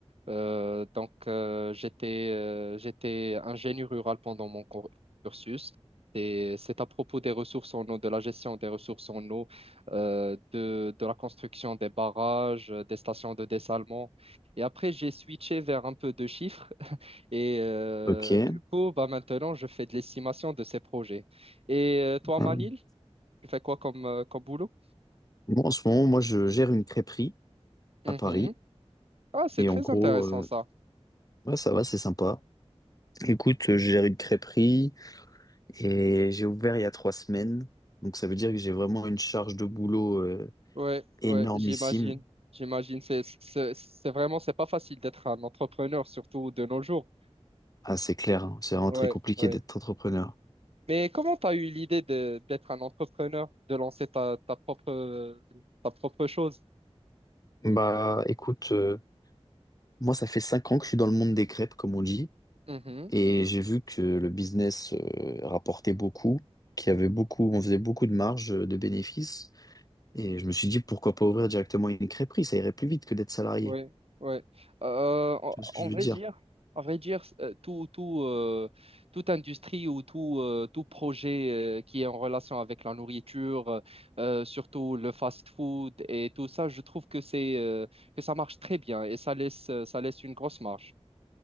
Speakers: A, on the right; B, on the left.
A: Euh, donc, euh, j'étais euh, j'étais ingénieur rural pendant mon cour- cursus. Et c'est à propos des ressources en eau, de la gestion des ressources en eau, euh, de, de la construction des barrages, euh, des stations de dessalement. Et après, j'ai switché vers un peu de chiffres. <laughs> Et euh,
B: ok.
A: du coup, bah, maintenant, je fais de l'estimation de ces projets. Et euh, toi,
B: Hum.
A: Manil, tu fais quoi comme, euh, comme boulot?
B: Bon, en ce moment, moi je gère une crêperie
A: Mhm.
B: à Paris
A: Ah, c'est
B: et
A: très
B: en gros,
A: intéressant
B: euh,
A: ça.
B: ouais, ça va, c'est sympa. Écoute, euh, je gère une crêperie et j'ai ouvert il y a trois semaines, donc ça veut dire que j'ai vraiment une charge de boulot euh,
A: Ouais,
B: énormissime.
A: ouais, j'imagine. J'imagine. C'est, c'est, c'est vraiment, c'est pas facile d'être un entrepreneur, surtout de nos jours.
B: Ah, c'est clair, hein, C'est vraiment
A: Ouais,
B: très compliqué
A: ouais.
B: d'être entrepreneur.
A: Mais comment t'as eu l'idée de, d'être un entrepreneur, de lancer ta, ta propre, ta propre chose?
B: Bah écoute, euh, moi ça fait cinq ans que je suis dans le monde des crêpes, comme on dit.
A: Mhm,
B: Et j'ai vu que le business euh, rapportait beaucoup, qu'il y avait beaucoup, on faisait beaucoup de marge euh, de bénéfices. Et je me suis dit, pourquoi pas ouvrir directement une crêperie? Ça irait plus vite que d'être salarié.
A: Ouais, ouais. Euh, en,
B: Tu vois ce que
A: en
B: je
A: vrai
B: veux dire?
A: dire, en vrai dire, euh, tout, tout, euh, toute industrie ou tout, euh, tout projet euh, qui est en relation avec la nourriture, euh, surtout le fast-food et tout ça, je trouve que c'est euh, que ça marche très bien et ça laisse, euh, ça laisse une grosse marge.